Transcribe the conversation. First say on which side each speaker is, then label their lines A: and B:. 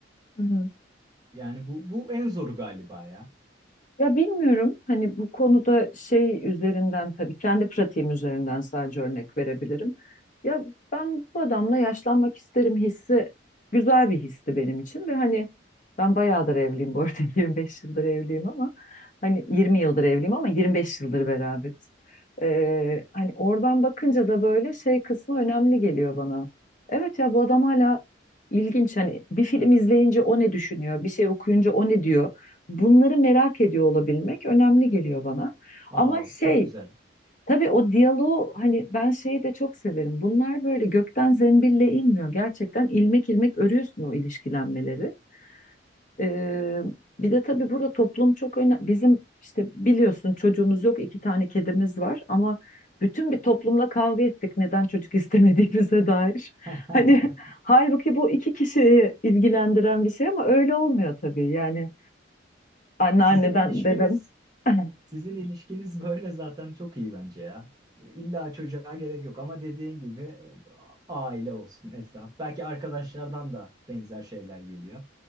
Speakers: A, on the left; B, on the right.
A: hı hı.
B: Yani bu bu en zoru galiba ya.
A: Ya bilmiyorum hani bu konuda şey üzerinden tabii kendi pratiğim üzerinden sadece örnek verebilirim. Ya ben bu adamla yaşlanmak isterim hissi güzel bir histi benim için ve hani ben bayağıdır evliyim bu arada <laughs> 25 yıldır evliyim ama hani 20 yıldır evliyim ama 25 yıldır beraberiz. Ee, hani oradan bakınca da böyle şey kısmı önemli geliyor bana. Evet ya bu adam hala ilginç hani bir film izleyince o ne düşünüyor, bir şey okuyunca o ne diyor. Bunları merak ediyor olabilmek önemli geliyor bana.
B: Aa
A: Ama şey
B: çok güzel.
A: tabii o diyaloğu hani ben şeyi de çok severim. Bunlar böyle gökten zembille inmiyor. Gerçekten ilmek ilmek örüyorsun o ilişkilenmeleri. Ee, bir de tabii burada toplum çok önemli. Bizim işte biliyorsun çocuğumuz yok iki tane kedimiz var ama bütün bir toplumla kavga ettik neden çocuk <laughs> istemediğimize dair.
B: <laughs>
A: Hani <laughs> halbuki bu iki kişiyi ilgilendiren bir şey ama öyle olmuyor tabii yani. Anneanneden,
B: Sizin ilişkiniz
A: dedem. <laughs>
B: Sizin ilişkiniz <laughs> böyle zaten çok iyi bence ya. E, İlla çocuğa gerek yok ama dediğin gibi e, aile olsun etraf. Belki arkadaşlardan da benzer şeyler geliyor.